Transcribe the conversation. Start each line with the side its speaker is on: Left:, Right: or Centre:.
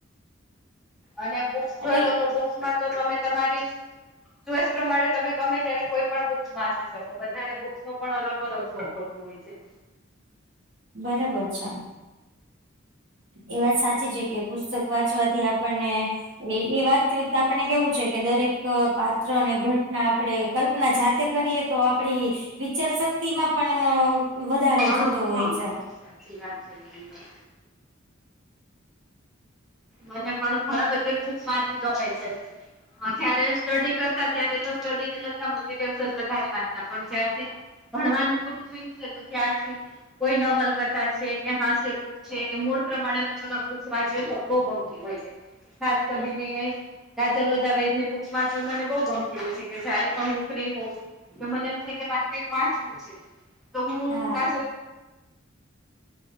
Centre: અને બુક્સ
Right: અને
Centre: જોઈ લો તો બુક્સમાં તો તમે તમારી ચોઈસ પ્રમાણે તમે ગમે ત્યારે કોઈ પણ બુક્સ વાંચી શકો બધાને બુક્સ નો પણ અલગ અલગ શોખ હોય. હોય છે.
Right: બરાબર છે. એ વાત સાચી છે, કે પુસ્તક વાંચવાથી આપણને- - એ એ વાચતી વખતે આપણે કેવું છે કે દરેક પાત્ર અને ઘટના આપણે કલ્પના જાતે કરીએ તો આપડી વિચાર શક્તિ મા પણ વધારો
Centre: ઘણું
Right: થતો હોય
Centre: હા
Right: છે.
Centre: સાચી વાત છે, જનતા મને પણ ઘણા બધા બુક્સ વાંચી જોમે છે. જયારે સ્ટડી કરતા ત્યારે તો સ્ટ ને લગતા મરયલ્સ જ વધારે વાંંધતા પણ જારથી ભણવાનું પૂરું થયું છે, તો ત્યાારથી કોઈ નવલકથા છે કે હાસ્ય બુક છે કે મૂળ પ્રમાણે અલગ અલગ બુક્ વાચવે છે. બહુ ગમકીલ હોય છે, ખાસ કરીને ના ચાલ જ વેદ ની બુક્સમા મને બઉુ ગમતી હોય છે, કે જ પણ હું ફ્રી હોઉ તો મને એમ થ કે મારે કઈક વાંચવું છે, તો હું
Right: હા
Centre: કા